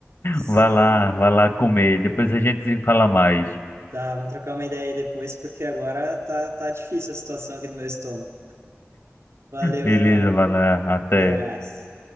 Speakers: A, on the right; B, on the left.
A: Só...
B: Vai lá, vai lá comer. Depois a gente se fala mais.
A: Tá, vamos trocar uma ideia aí depois, porque agora tá, tá difícil a situação aqui no meu estômago. Valeu
B: Beleza,
A: aí, mano.
B: vai lá. Até.
A: Até mais.